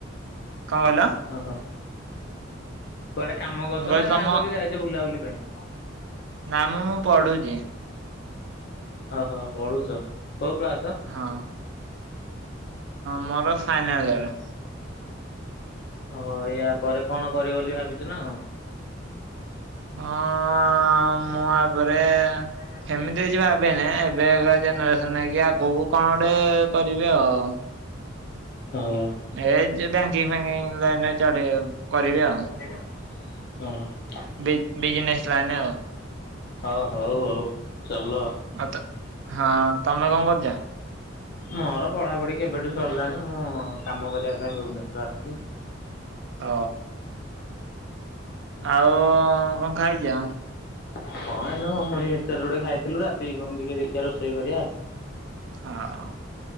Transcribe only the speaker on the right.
କଣ କହିଲ?
ମୁଁ କହିଲି
ତମ
ନାମ ମୁଁ ପଢୁଚି।
ହଁ ମୋର ଫାଇନାଲୟର୍।
ହଁ ମୁଁ ଆ ପରେ
ଏମିତି କିଛି ଭବେନି ଏବେକା ଜେନେରେସନ ନେଇକି ଆଗକୁ କଣ ଗୋଟେ କରିବି ଆଉ।
ଏ ଯେ ବ୍ୟାଙ୍କିଙ୍କ୍ ଫ୍ୟାଙ୍କିଙ୍କ୍ ଲାଇନରେ ଚଢେଇ କରିବି ଆଉ।
ବି-ବିଜିନେସ ଲାଇନ୍ ଆଉ।
ଆଉ ତ ହଁ ତମେ କଣ କରୁଚ?
ଅ। ଆଉ କଣ ଖାଇଚ?
ହଁ ଆଉ।